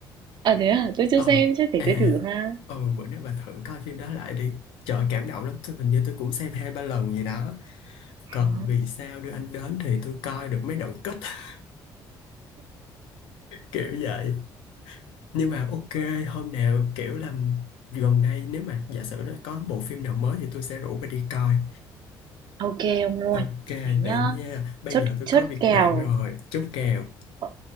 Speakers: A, on the right (about 55°); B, on the left (about 80°).
A: À thế à, tôi chưa
B: Ờ
A: xem, chắc để
B: à
A: tôi thử ha.
B: ờ bữa nay bà thử coi phim đó lại đi Trời cảm động lắm Tôi hình như tôi cũng xem hai ba lần gì đó Còn
A: Ờ,
B: vì sao đưa anh đến Thì tôi coi được mấy đoạn kết <laughs> Kiểu vậy nhưng mà ok hôm nào kiểu là gần đây nếu mà giả sử nó có bộ phim nào mới thì tôi sẽ rủ bà đi coi
A: OK ông luôn.
B: ok
A: Thế nhá.
B: vậy nha bây
A: Chốt
B: giờ tôi
A: chốt
B: có việc
A: kèo.
B: bận rồi chốt kèo
A: Ờ,